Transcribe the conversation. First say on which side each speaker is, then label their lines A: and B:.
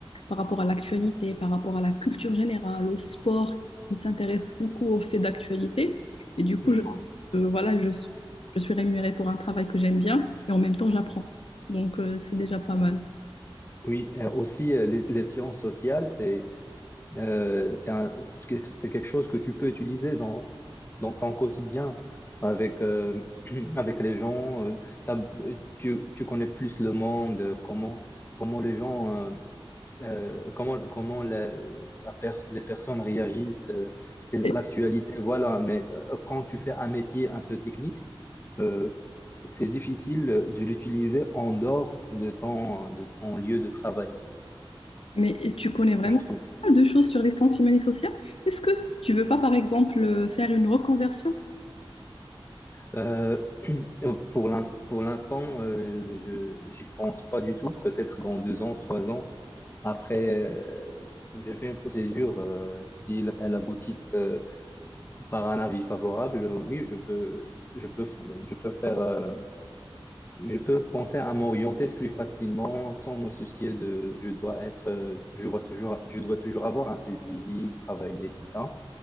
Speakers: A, on the left; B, on the left.
A: par rapport à l'actualité, par rapport à la culture générale, au sport qui s'intéresse beaucoup aux faits d'actualité. Et du coup,
B: Hmm.
A: je, euh, voilà, je, suis- je suis rémunérée pour un travail que j'aime bien et en même temps, j'apprends. Donc, euh, c'est déjà pas mal.
B: Oui, euh, aussi, euh, les, les sciences sociales, c'est Euh, c'est un- c'est que- c'est quelque chose que tu peux utiliser dans, dans ton quotidien avec, euh, <clears throat> avec les gens. euh, t'as- euh, tu, tu connais plus le monde, euh, comment, comment les gens, euh, euh, comment, comment la- la pers- les personnes réagissent, euh, l'actualité,
A: Et-
B: voilà. Mais euh, quand tu fais un métier un peu technique, euh, c'est difficile de l'utiliser en dehors de ton, de ton lieu de travail,
A: mais tu connais vraiment
B: je trouve.
A: pas mal de choses sur les sciences humaines et sociales. Est-ce que tu veux pas, par exemple, euh, faire une reconversion?
B: Euh, <clears throat> pour l'ins- pour l'instant, euh, je j'y pense pas du tout. Peut-être dans deux ans, trois ans. Après, euh, je fais une procédure. euh, si elle elle aboutit euh, par un avis favorable, euh, oui, je peux, je peux, f- je peux faire, euh, je peux penser à m'orienter plus facilement sans me soucier de je dois être, euh, je dois toujours, je dois toujours avoir un CDI, travailler, tout ça.